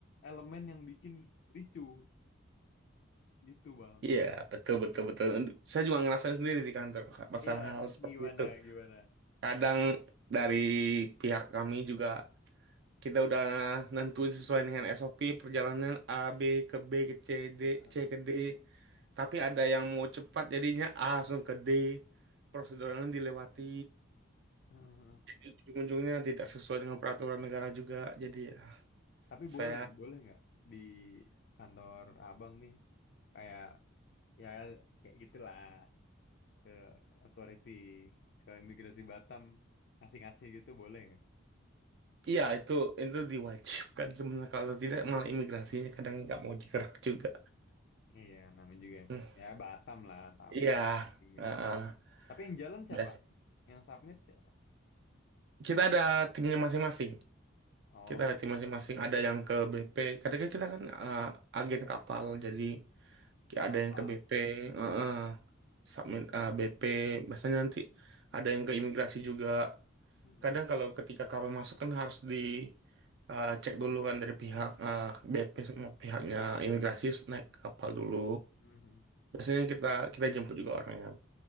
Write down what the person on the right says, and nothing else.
Iya, betul, betul, betul. Saya juga ngerasain sendiri di kantor, Kak, masalah
hal seperti
itu.
Kadang dari pihak kami juga kita udah nentuin sesuai dengan SOP perjalanan A B ke B ke C D
C ke D tapi ada yang mau cepat jadinya A langsung ke D prosedurnya dilewati
jadi ujung-ujungnya tidak sesuai dengan peraturan negara juga jadi ya,
saya
iya itu itu diwajibkan sebenarnya kalau tidak malah imigrasinya kadang nggak mau digerak juga
Hmm,
iya
heeh.
biasa
kita ada timnya masing-masing
kita ada tim masing-masing ada yang ke BP kadang kan kita kan uh, agen kapal jadi kayak
ada yang ke BP uh, uh, submit uh, BP biasanya nanti ada yang ke imigrasi juga
kadang kalau ketika kapal masuk kan harus di uh, cek dulu kan dari pihak uh, BP sama pihaknya imigrasi terus naik ke kapal dulu
biasanya kita kita jemput juga orangnya